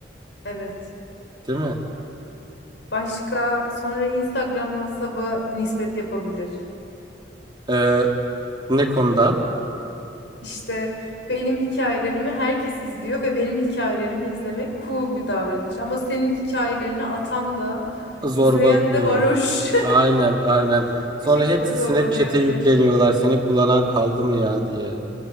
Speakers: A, on the left (about 75°); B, on the right (about 25°).
A: Evet.
B: Değil mi?
A: Başka sonra Instagram WhatsApp'a nispet yapabilir.
B: Ee, ne konuda?
A: İşte benim hikayelerimi herkes izliyor ve benim hikayelerimi izlemek cool bir davranış. Ama senin hikayelerini atan da
B: Zorbalanıyor.
A: izleyen de varoş.
B: Aynen aynen.
A: <laughs>
B: Sonra
A: Bu şekilde
B: hepsi
A: zorbalayabilir.
B: Snapchat'e yükleniyorlar seni kullanan kaldı mı ya diye.